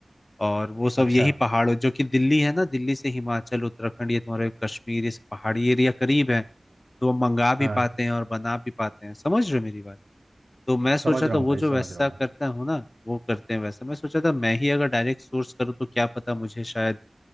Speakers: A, on the left; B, on the right.
A: और वो सब
B: अच्छा
A: यही पहाड़ों जो कि दिल्ली है ना दिल्ली से हिमाचल उत्तराखंड ये तुम्हारे कश्मीर ये सब पहाड़ी एरिया करीब है तो वो मंगा भी
B: हाँ
A: पाते हैं और बना भी पाते हैं समझ रहे हो मेरी बात तो मैं सोचा
B: समझ रहा
A: था वो
B: हूँ भाई
A: जो
B: समझ
A: वैसा
B: रहा
A: करता
B: हूँ
A: हूँ ना वो करते हैं वैसा मैं सोचा था मैं ही अगर डायरेक्ट सोर्स करूँ तो क्या पता मुझे शायद